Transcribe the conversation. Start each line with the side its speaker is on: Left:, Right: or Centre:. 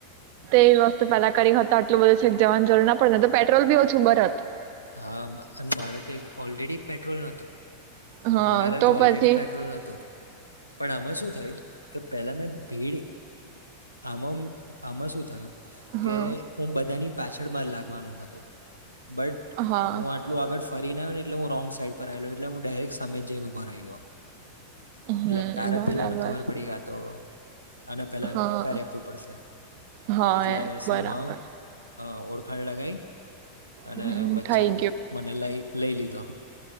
Right: તો એ વસ્તુ પેલા કરી હોત તો આટલું બધું છેેક જવાની જરૂરના પડે ન તો પેટ્રોલ બી ઓછું બરત.
Left: હા મારે તો ઓલરેડી પેટ્રોલ ન હતો.
Right: હા
Left: મારે તો
Right: પછી
Left: ઓલરેડી પેટ્રોલ ન હતું પણ આમાં શું થયું કે પહેલાં મેં ભીડ આમાં આમાં શું થયું
Right: હા
Left: કે હું બધાની પાછળમા લાગવાનું હતું. બટ
Right: હા
Left: હું આટલું આગળ ફરીને આવ્યો ને એટલે હું રોંગ સાઈડ પર આવેલો એટલે હું ડાયરેક્ટ સામે જઈને ઉભો રહી ગયો.
Right: હમ
Left: એટલે તારે
Right: બરાબર
Left: પેલાને ખબર પડી કે આ તો અને પહેલા
Right: હા
Left: કરી આપવું પડશે
Right: હા
Left: એટલે
Right: એ
Left: સંભવ
Right: બરાબર
Left: હા ઓળખાણ લગાઈ. અને
Right: હમ
Left: વચ્ચે
Right: થઈ
Left: હું મને લઈ લઈ લીધો.